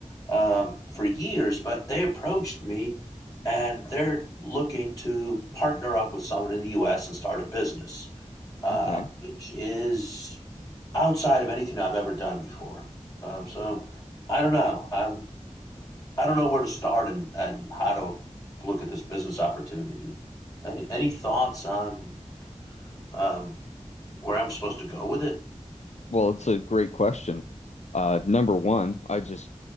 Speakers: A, on the left; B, on the left.
A: um, for years. But they approached me and they're looking to partner up with someone in the U.S. and start a business, um,
B: Okay.
A: which is outside of anything I've ever done before. Um, so I don't know. I'm I don't know where to start and, and how to look at this business opportunity. Any, any thoughts on um, where I'm supposed to go with it?
B: Well, it's a great question. Uh, number one, I just